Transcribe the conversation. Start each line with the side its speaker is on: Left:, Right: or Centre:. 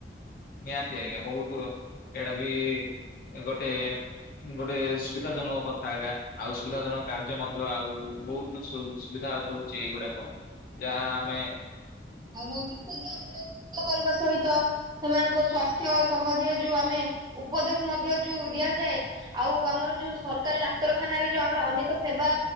Left: ନିହାତି ଆଜ୍ଞା ବହୁତ ଏଇଟା ବି ଗୋଟେ ଗୋଟେ ସୁବିଧା ଜନକ କଥା ଆଜ୍ଞା ଆଉ ସୁବିଧା ଜନକ କାର୍ଯ୍ୟ ମଧ୍ୟ ଆଉ ବହୁତୁ ଧା ଦଉଛି ଏଇଗୁଡାକ। ଯାହା ଆମେ
Right: ଆଉ ରବି ଯ ଆମର। <unintelligible> ସହିତ ସେମାନଙ୍କ ସ୍ୱସ୍ଥ୍ୟ ସମ୍ବନ୍ଧୀୟ ଯୁ ଆମେ ଉପଦେଶ ମଧ୍ୟ ଯୁ ଦିଆଯାଏ। ଆଉ ଆମର ଯୁ ସରକାରୀ ଡାକ୍ତରଖାନାରେ ଯୁ ଆମର ଅନେକ ସେବା